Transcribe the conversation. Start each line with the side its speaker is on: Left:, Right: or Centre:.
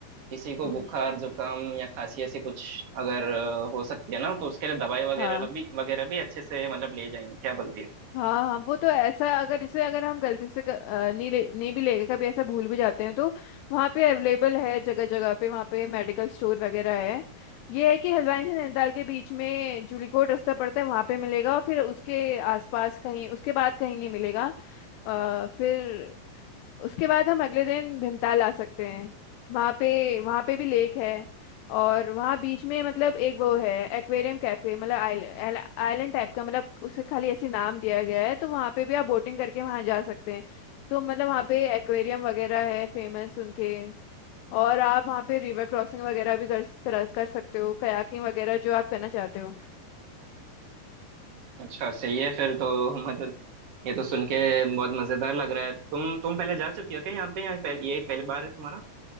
Right: किसी को
Left: हम्म
Right: बुखार जुकाम या खांसी ऐसी कुछ अगर अ, हो सकती है ना तो उसके लिए दवाई वगैरह
Left: हाँ
Right: भी वगैरह भी अच्छे से मतलब ले जाएंगे क्या बोलती है
Left: हाँ हाँ वो तो ऐसा अगर इसे अगर हम गलती से क- अ, नहीं ले नहीं भी ले गए कभी ऐसा भूल भी जाते हैं तो वहाँ पे अवेलेबल है जगह जगह पे वहाँ पे मेडिकल स्टोर वगैरह है ये है कि हल्द्वानी से नैनीताल के बीच में जूलीकोट रास्ता पड़ता है वहाँ पे मिलेगा और फिर उसके आसपास कहीं उसके बाद कहीं नहीं मिलेगा आ, फिर उसके बाद हम अगले दिन भीमताल आ सकते हैं वहाँ पे वहाँ पे भी लेक है और वहाँ बीच में मतलब एक वो है एक्वेरियम कैफे मतलब आइलैंड आइलैंड टाइप का मतलब उसे खाली ऐसे नाम दिया गया है तो वहाँ पे भी आप बोटिंग करके वहाँ जा सकते हैं तो मतलब वहाँ पे एक्वेरियम वगैरह है फेमस उनके और आप वहाँ पे रिवर क्रॉसिंग वगैरह भी कर, कर, कर सकते हो कयाकिंग वगैरह जो आप करना चाहते हो
Right: अच्छा सही है फिर तो <laughs> मतलब ये तो सुन के बहुत मजेदार लग रहा है तुम तुम पहले जा चुकी हो क्या यहाँ पे या पहले- यही पहली बार है तुम्हारा